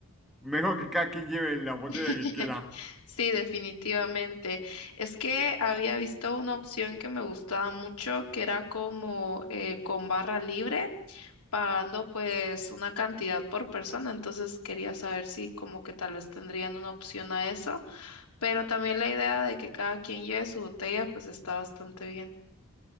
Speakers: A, in the centre; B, on the left.
A: mejor que cada quien lleve la botella
B: <laughs>
A: que quiera.
B: Sí, definitivamente. Es que había visto una opción que me gustaba mucho, que era como eh, con barra libre, pagando pues una cantidad por persona. Entonces quería saber si como que tal vez tendrían una opción a eso, pero también la idea de que cada quien lleve su botella pues está bastante bien.